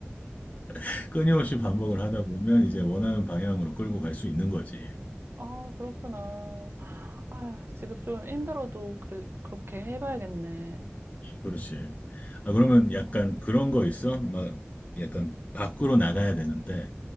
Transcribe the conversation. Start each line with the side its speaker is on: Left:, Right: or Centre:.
Left: <laughs> 끊임없이 반복을 하다 보면 이제 원하는 방향으로 끌고 갈 수 있는 거지
Right: 아, 그렇구나. 아휴, 지금 좀 힘들어도 그래, 그렇게 해봐야겠네.
Left: 그렇지. 아, 그러면 약간
Right: 어,
Left: 그런 거 있어?
Right: 어,
Left: 막 약간 밖으로 나가야 되는데